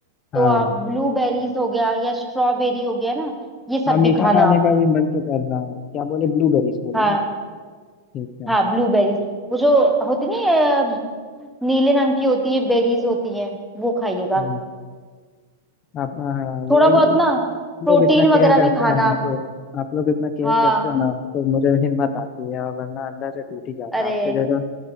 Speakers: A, in the centre; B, on the left (about 20°).
A: तो
B: हाँ
A: आप ब्लूबेरीज हो गया या स्ट्रॉबेरी हो गया ना ये सब
B: हाँ मीठा
A: भी खाना
B: खाने
A: आप
B: का भी मन तो कर रहा है क्या बोले ब्लूबेरीज बोले
A: हाँ
B: ना ठीक है
A: हाँ ब्लूबेरीज वो जो होती नहीं है, नीले रंग की होती है बेरीज होती है वो खाइएगा
B: हम्म, आप हाँ
A: थोड़ा
B: यही
A: बहुत ना प्रोटीन
B: लोग इतना केयर
A: वगैरह
B: करते
A: भी खाना
B: हैं ना तो आप लोग इतना केयर
A: हाँ
B: करते हैं ना तो मुझे हिम्मत आती है और वरना अंदर से टूट ही जाता
A: अरे
B: आपके जैसा